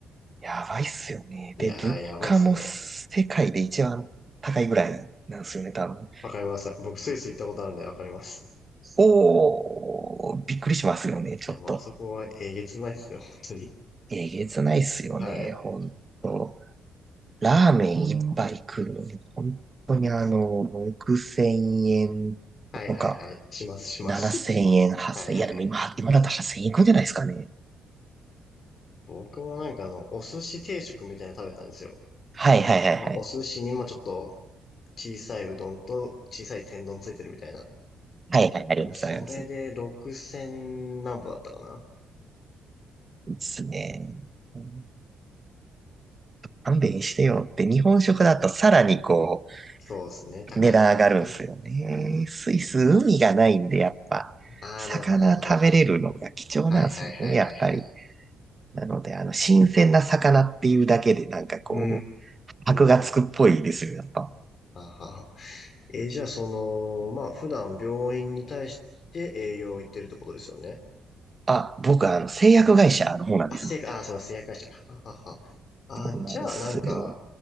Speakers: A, on the right (about 30°); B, on the left (about 50°).
A: やばいっすよね。
B: いやー、
A: で、物価も世界で一番高いぐらいなんですよね、
B: やばいっすね。
A: 多分。
B: わかります。僕、スイス行ったことあるんでわかります。
A: おー、びっくりしますよね、ちょっと。
B: いや、もうあそこはえげつないですね、本当に。
A: えげつないっすよね、
B: はい。
A: ほんと。ラーメン一杯食うのに、本当にあの、6000円
B: はいはいはい。
A: とか、
B: します、します。
A: 7000円、
B: <laughs>
A: 8000円。
B: はいはい。
A: いや、でも今、今だと8000円いくんじゃないですかね。
B: 僕もなんかあの、お寿司定食みたいなの食べたんですよ。
A: はいはいはいはい。
B: まあ、お寿司にもちょっと小さいうどんと小さい天丼ついてるみたいな。
A: はいはい、あります、
B: それで6000何歩だったかな。
A: あります。ですね。うん勘弁してよって、日本食だとさらにこう、
B: そうですね。高いですよね。
A: 値段上がるんすよね。スイス、海がないんで、やっぱ、
B: ああ、
A: 魚食べれるのが貴重なんですよね、
B: なるほど、なるほど。はいはいはいはいはい。
A: やっぱり。なので、あの、新鮮な魚っていうだけで、なんかこう、
B: うー
A: 箔がつくっぽいですよ、
B: ん。
A: やっぱ。
B: ははは。えーじゃあその、まあ、普段病院に対して営業行ってるってことですよね。
A: あ、僕、あの、製薬会社の方なんです。
B: あ、正解、あ、すいません、製薬したか。ははは。あ、
A: そうなんですよ
B: じゃあ、なんか、